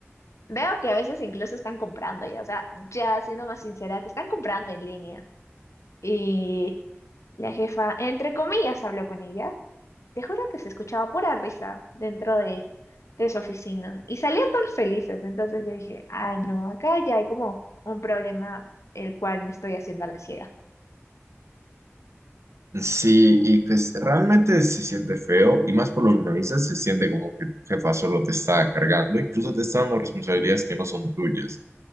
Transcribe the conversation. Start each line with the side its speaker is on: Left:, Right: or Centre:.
Left: Veo que a veces incluso están comprando ya, o sea, ya siendo más sincera, que están comprando en línea. Y la jefa, entre comillas, habló con ella. Te juro que se escuchaba pura risa dentro de, de su oficina y salían todos felices. Entonces yo dije, ay, no, acá ya hay como un problema el cual me estoy haciendo a la ciega.
Right: Sí, y pues realmente se siente feo, y más por lo que me dices, se siente como que tu jefa solo te está cargando, incluso te está dando responsabilidades que no son tuyas.